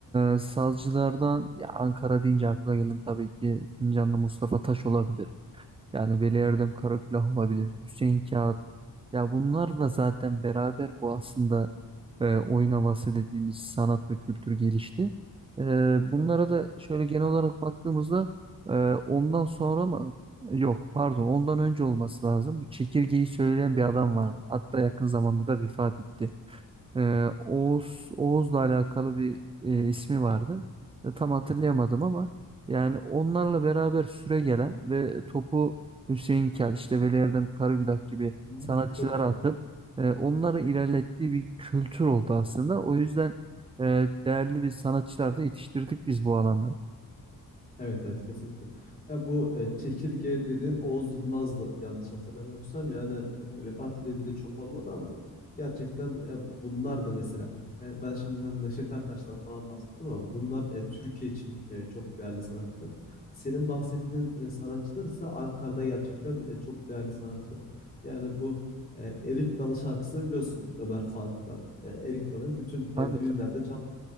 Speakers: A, on the right (about 15°); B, on the left (about 25°).
A: e, sazcılardan ya Ankara deyince akla gelen tabii ki Sincanlı Mustafa Taş olabilir. Yani Veli Erdem
B: Hı
A: Karakulah olabilir. Hüseyin Kağıt. Ya bunlarla zaten beraber bu aslında e, oyun havası dediğimiz sanat ve kültür gelişti. E, bunlara da şöyle genel olarak baktığımızda e, ondan sonra mı? Yok pardon ondan önce olması lazım. Bu çekirgeyi söyleyen bir adam vardı. Hatta yakın zamanda da vefat etti. Ee, Oğuz Oğuz'la alakalı bir e, ismi vardı. E, tam hatırlayamadım ama yani onlarla beraber süre gelen ve topu Hüseyin Kel, işte Veli Erdem Karagülak gibi
B: hı.
A: sanatçılara
B: Çok güzel.
A: atıp e, onların ilerlettiği bir kültür oldu aslında. O yüzden e, değerli bir sanatçılar da yetiştirdik biz bu alanda.
B: Evet evet kesinlikle. Ya bu e, çekirge dediğin Oğuz Yılmaz'dı yanlış hatırlamıyorsam yani e, vefat edildi de çok olmadı ama gerçekten e, bunlar da mesela yani ben şimdi hani Neşet Ertaş'tan falan bahsettim ama bunlar e, Türkiye için e, çok değerli sanatçılar. Senin bahsettiğin e, sanatçılar ise Ankara'da gerçekten e, çok değerli sanatçılar. Yani bu e, Erik Dalı şarkısını biliyorsun Ömer Faruk'tan. E, Erik Dalı'nın bütün e,
A: Tabii
B: düğünlerde
A: tabii
B: çalar